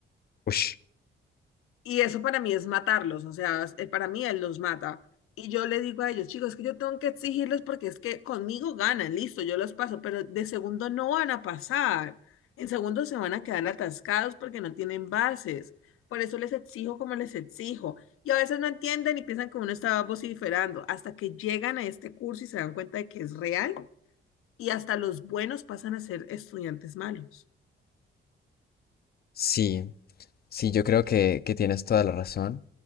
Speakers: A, on the left (about 45°); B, on the left (about 85°).
A: Ush,
B: Y eso para mí es matarlos, o sea, es- eh, para mí él los mata. Y yo le digo a ellos, chicos, es que yo tengo que exigirles porque es que conmigo ganan, listo, yo los paso, pero de segundo no van a pasar. En segundo se van a quedar atascados porque no tienen bases. Por eso les exijo como les exijo. Y a veces no entienden y piensan que uno estaba vociferando hasta que llegan a este curso y se dan cuenta de que es real y hasta los buenos pasan a ser estudiantes malos.
A: sí, sí, yo creo que, que tienes toda la razón.